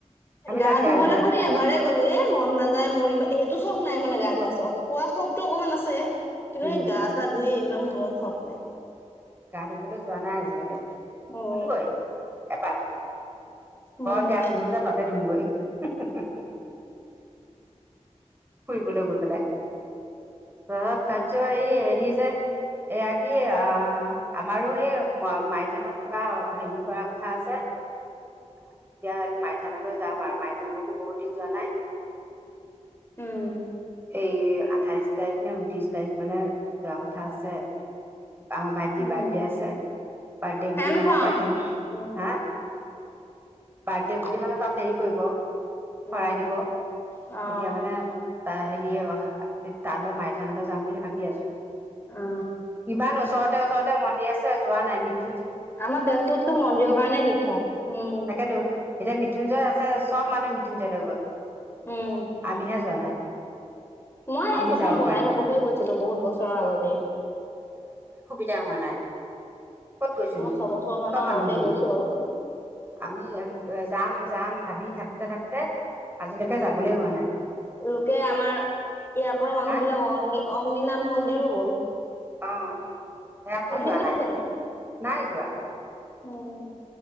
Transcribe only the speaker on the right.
আমি
তাত
ধোৱা
উম
গা ধুবলৈ যোৱা নাই আজিলৈকে। ধুমগৈ
এবাৰ,
ঘৰত গা নুধোওযে তাতে ধুমগৈ। হুম হুম <inaudible> ফুৰিবলৈ গৈ পেলাই, ত ভাবিছো এই হেৰি যে, এয়া কি আহ আমাৰো এই মাইথানত কিবা হেৰি কৰা কথা আছে, তেতিয়া মাইথানলৈ যাম আৰু মাইথানলৈকো বহুত দিন যোৱা নাই।
এই আঠাইশ তাৰিখ নে ঊনত্ৰিশ তাৰিখ মানে যোৱা কথা আছে আমাৰ ভাইটিৰ
বাৰ্থডে আছে, বাৰ্থডে
বুলি মানে তাতে,
হা? বাৰ্থডে বুলি মানে তাত হেৰি কৰিব শৰাই
দিব,
তেতিয়া মানে হেৰিয়, তালৈ মাইথানলৈ যাম বুলি ভাবি আছো।
ইমান ওচৰত ওচৰতে ওচৰতে মন্দিৰ আছে যোৱা নাই মৃ-
তাকেতো এতিয়া মৃত্যুঞ্জয় আছে চব মানুহ মৃত্যুঞ্জয়লৈ গল।
আমিহে যোৱা নাই।
আমি
যাব
পৰা নাই
তিয়া হোৱা নাই। ক'ত গৈছ তুমি,
চব মানুহ
গল,
আমি যাম যাম ভাবি থাকোতে থাকোতে আজিলৈকে যাবলৈ হোৱা নাই।
হা
অ। ৰাতো
যোৱা
নাই।
নাই যোৱা।